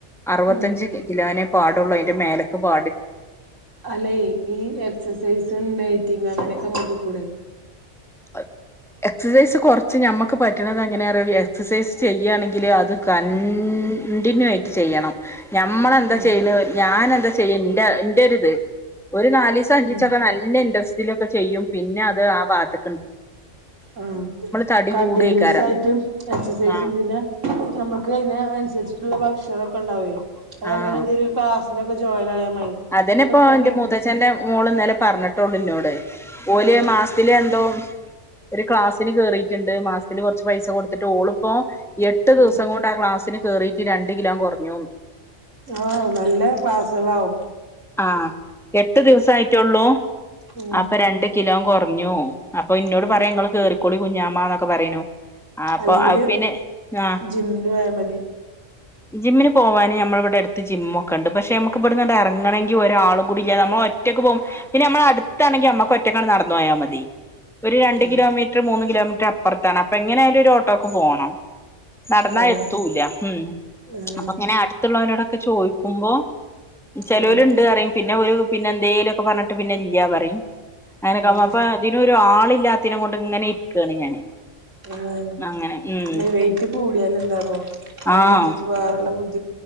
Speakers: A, in the centre; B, on the right (about 85°).
A: അറുപത്തഞ്ച്
B: ഉം
A: കിലോ..... ള്ള അയ്‌ന്റെ മേലക്ക് പോ
B: അല്ലെ ഈ എക്സസൈസും ഡയറ്റിങ്ങും അങ്ങനെയൊക്കെ നോക്കിക്കൂടെ...,
A: ആ... എക്സസൈസ് കൊർച്ച് ഞമ്മക്ക് പറ്റ്ണതെങ്ങനെ അറിയോ എക്സസൈസ് ചെയ്യുകയാണെങ്കിൽ അത് കൺ ണ്ടിനു ആയിട്ട് ചെയ്യണം നമ്മളെന്താ
B: ഉം
A: ചെയ്യ്ണ് ഞാനെന്താ ചെയ്യ് ന്റെ ന്റെ ഒരു നാലീസം അഞ്ചീച്ചൊക്കെ
B: ഉം
A: നല്ല ഇൻട്രെസ്റ്റിലൊക്കെ ചെയ്യും പിന്നെ അത് ആ ഭാത്ത്
B: ആ
A: തടി
B: കണ്ടിന്യൂസായിട്ടും
A: കൂടേക്കാരം
B: എക്സസൈസും
A: ആഹ്
B: പിന്നെ നമ്മുക്ക് അതിന അനുസരിച്ചിട്ടുള്ള ഭക്ഷ ണൊക്കെ ണ്ടാവൊയ്
A: ആഹ്
B: അങ്ങനെന്തെങ്കലു ക്ലാസ്സിലൊക്കെ ജോയിൻ ആയാ മതി
A: അതന്നെപ്പോ
B: ഇപ്പൊ ഫോണിൽന്ന്
A: ന്റെ മുതച്ഛന്റെ മോള് ഇന്നലെ പറഞ്ഞി ട്ടൊള്ളു ന്നോട് ഓല്
B: ആഹ്
A: മാസത്തിലെന്തോ ഒരു ക്ലാസ്സിന് കേറീ റ്റ്ണ്ട് മാസത്തില് കൊർച്ച് പൈസ കൊടുത്തിട്ട് ഓളിപ്പോ എട്ട്
B: ഉം
A: ദിവസം കൊണ്ട് ആ ക്ലാസിന് കേറീറ്റ് രണ്ട് കിലോ കുറഞ്ഞൂന്ന്
B: ആ നല്ല ക്ലാസ്സ്‌കളാവും
A: ആ എട്ട് ദിവസായിട്ടുള്ളു
B: ഉം
A: അപ്പൊ രണ്ട് കിലോം കുറഞ്ഞു അപ്പൊ ഇന്നോട്
B: ഉം
A: പറയാ ങ്ങള് കേറി ക്കോളി കുഞ്ഞാമ്മാന്നൊക്കെ പറിയേന്നു ആ അപ്പൊ
B: അല്ലെങ്കില്
A: അത്‌ പിന്നെ ആ
B: ജിമ്മിന് പോയാ മതി
A: ജിമ്മിന് പോവാന് ഞമ്മളവിടെ അടുത്ത് ജിമ്മൊക്കെണ്ട് പക്ഷേ നമുക്ക് ഇവിടന്ന്ണ്ട് എറങ്ങണെ ങ്കി ഒരാളും കൂടി ഇല്ല്യാതെ നമ്മള് ഒറ്റയ്ക്ക് പോകും പിന്നെ നമ്മളെ അടുത്താണെങ്കി നമ്മുക്ക് ഒറ്റക്ക നടന്നു പോയാൽ മതി ഒരു രണ്ട്
B: ആഹ്
A: കിലോമീറ്റർ മൂന്ന് കിലോമീറ്റർ അപ്പൊർത്താണ് അപ്പൊ എങ്ങനെ ആയാലും ഒരു ഓട്ടോക്ക് പോകണം. നടന്നാ
B: ആഹ്
A: എത്തൂല്ല ഉം
B: ആഹ്
A: അപ്പൊ ഇങ്ങനെ അടുത്തുള്ളോരോ ടൊക്കെ ചോയ്ക്കുമ്പോ ചെലോല്ണ്ട്
B: ആഹ്
A: ണ്ട് പറിം പിന്നെ ഒരു പിന്നെ എന്തേലും ഒക്കെ പറഞ്ഞിട്ട് പിന്നെ ഇല്ലാ പറയും. അങ്ങനെക്കേ
B: ആഹ്
A: അപ്പൊ ഇതിനൊരു ആളില്ലാത്തിനെ കൊണ്ട് ഇങ്ങനെ ഇരിക്കാണ് ഞാന്.
B: ആ
A: അങ്ങനെ ഉം
B: പിന്നെ വെയിറ്റ് കൂടിയാലെന്താന്നോ അതിനനുസരിച്ച്
A: ആഹ്
B: വേറള്ള ബുദ്ധി